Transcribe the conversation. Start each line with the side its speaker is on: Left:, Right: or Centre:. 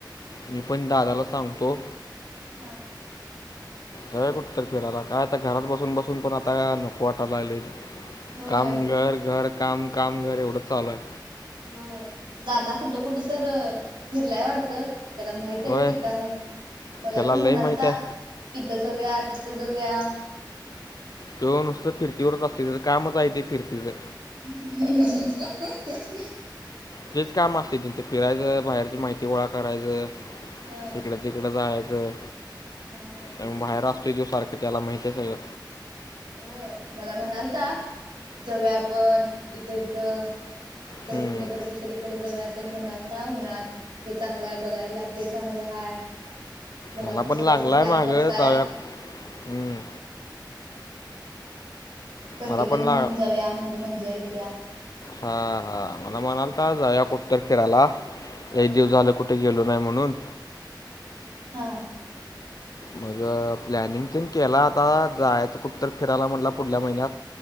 Left: मी पण दादाला सांगतो.
Right: हा.
Left: जाऊया कुठं तर फिरायला काय आता घरात बसून बसून पण आता नको वाटाय लागलंय.
Right: होय
Left: काम घर, घर काम, काम घर एवढंच चालू हाय.
Right: होय दादा कुठं कुठं तर फिरलाय वाटतं त्याला माहित हाईत
Left: होय,
Right: ठिकाण मला
Left: त्याला
Right: पण
Left: लय
Right: म्हणालता
Left: माहीत आहे.
Right: इथं जाऊया तिथं जाऊया.
Left: त्यो नुसतं फिरतीवरच असतोय तेच कामच हाय ते फिरतीचं.
Right: हा.
Left: तेच काम असतय तेंच फिरायचं बाहेरची माहिती गोळा करायचं.
Right: हा
Left: हिकडं तिक कड जायचं
Right: हा हा हा
Left: त्यामुळ बाहेर असतोय त्यो सारखं त्याला माहित हाय सगळं.
Right: होय मला म्हणालता जाऊया आपण इथं इथं. नाहीतर
Left: हं.
Right: कुठं दुसरीकडं जाऊया म्हणालता उन्हाळ्यात हे चांगलं हाय बघायला ते चांगलं हाय. बघा
Left: मला
Right: कसं
Left: पण लागलाय
Right: कसं प्लॅन
Left: मागं
Right: करताय.
Left: जाऊया हम्म.
Right: सगळीजण
Left: मला पण लाग
Right: मिळून जाऊया म्हणजे मज्जा येत्या.
Left: हा हा मला म्हणालता जाऊया कुठं तर फिरायला
Right: हा
Left: लई
Right: हा.
Left: दिवस झालं कु ठं गेलो नाही म्हणून.
Right: हा.
Left: मग प्लॅनिंग तेन केला आता जायचं कुठ तर फिरायला म्हणटलं पुढल्या महिन्यात.